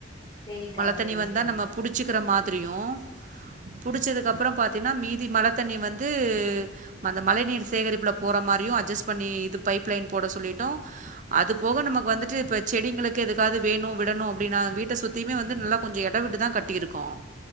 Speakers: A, on the left; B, on the right.
A: சேரிக்கா
B: மழ
A: சேரி
B: தண்ணி வந்தா
A: சேரி
B: நம்ம புடிச்சுக்குற மாதிரியு புடிச்சதுக்கப்றோ பாத்தினா மீதி மழ தண்ணி வந்து அந்த மழை நீர் சேகரிப்புல போற மாரியு அட்ஜஸ்ட் பண்ணி இது பைப் லைன் போட சொல்லிட்டோ அது போக நமக்கு வந்துட்டு இப்ப செடிங்களுக்கு எதுக்காது வேணு விடணு அப்டின்னா வீட்ட சுத் த்தியுமே வந்து நல்லா கொஞ்சோ எடோ விட்டுதா கட்டிருக்கோ